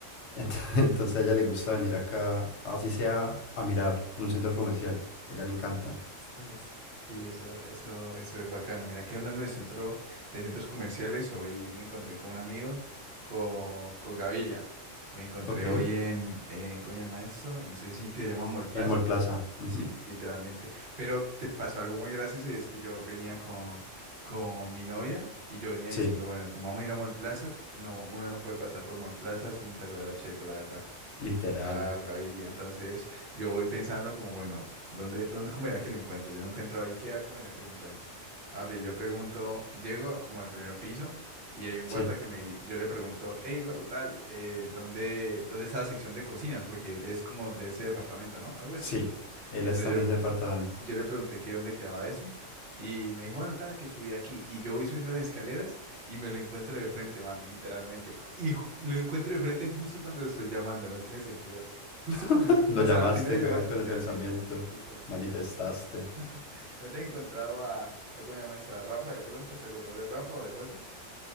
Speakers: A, on the left; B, on the right.
A: Ent- <laughs> Entonces a ella le gusta venir acá, así sea a mirar un centro comercial. A ella le encanta.
B: Es que es- Sí, eso, eso, eso es bacano. Mira, aquí hablando de centro, de centros comerciales, hoy me encontré con un amigo, con, con Gaviria. Me encontré
A: Ok.
B: hoy en, en, ¿cómo se llama esto? En ese sitio que se llama Mall Plaza.
A: En Mall Plaza. ujú,
B: Sí, literalmente. Pero te pasó algo muy gracioso y es que yo venía con, con mi novia y yo venía
A: Sí,
B: diciendo, bueno, como vamos a ir a Mall Plaza, no, uno no puede pasar por Mall Plaza sin saludar a Cheto, la verdad.
A: literal.
B: Ah, Gaviria, entonces yo voy pensando como, bueno, ¿dónde, dónde, cómo era que lo encuentro? Yo nunca he entrado a IKEA, ¿cómo era que lo encuentro? A ver, yo pregunto, llego como al primer piso y hay un
A: Sí,
B: guarda que me, di- yo le pregunto, hey, guarda tal, eh, ¿dónde, dónde está la sección de cocinas? Porque es como de ese departamento, ¿no? Algo así.
A: sí. Él
B: Entonces
A: está en ese departamento.
B: yo le pregunté que dónde quedaba eso y me dijo, bueno, tal, que subí aquí. Y yo voy subiendo las escaleras y me lo encuentro de frente, mano, literalmente. co- Y ju- lo encuentro de frente justo cuando lo estoy llamando, no tiene sentido. Justo cuando,
A: <laughs>
B: le-
A: Lo
B: o
A: llamaste,
B: sea, la primera llamada,
A: weón,
B: literalmente,
A: con el pensamiento.
B: mano, literalmente,
A: Manifestaste.
B: mano. <laughs> ¿No te he encontrado a, a cómo se llama eso, a Rafa de pronto? ¿Te acordás de Rafa o de José?